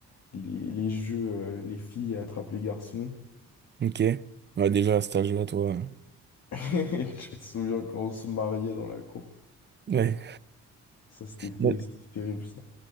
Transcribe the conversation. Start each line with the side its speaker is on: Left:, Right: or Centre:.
Left: les, les jeux, euh, les filles attrapent les garçons.
Right: Ok. Ouais, déjà à cet âge-là, toi. euh,
Left: <laughs> Je me souviens quand on se mariait dans la cour.
Right: Ouais.
Left: Ça, c'était té-
Right: Ouais,
Left: c'était terrible, ça.